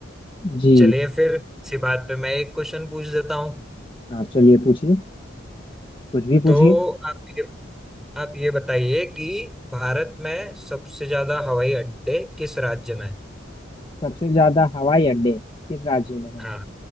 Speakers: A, on the left; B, in the centre.
A: जी
B: चलिए फिर इसी बात पे मैं एक क्वेश्चन पूछ देता हूँ
A: हाँ चलिए पूछिए कुछ भी पूछिए
B: तो आप ये आप ये बताइए कि भारत में सबसे ज्यादा हवाई अड्डे किस राज्य में हैं?
A: सबसे ज्यादा हवाई अड्डे किस राज्य में है
B: हाँ